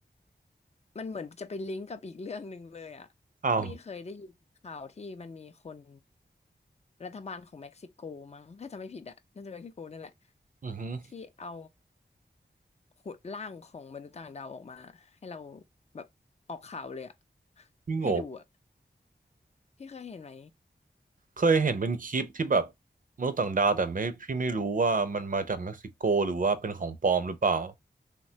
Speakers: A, on the left (about 35°); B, on the right (about 50°).
A: มันเหมือนจะไปลิงก์กับอีกเรื่องหนึ่งเลยอ่ะพี่เคยได้ยินข่าวที่มันมีคน
B: อ้าว
A: รัฐบาลของเม็กซิโกมั้งถ้าจำไม่ผิดอ่ะน่าจะเม็กซิโกนั่นแหละ
B: อือหือ
A: ที่เอาหุ่นร่างของมนุษย์ต่างดาวออกมาให้เราแบบออกข่าวเลยอ่ะ
B: พี่โง่
A: ให้ดูอ่ะพี่เคยเห็นไหม
B: เคยเห็นเป็นคลิปที่แบบมนุษย์ต่างดาวแต่ไม่พี่ไม่รู้ว่ามันมาจากเม็กซิโกหรือว่าเป็นของปลอมหรือเปล่า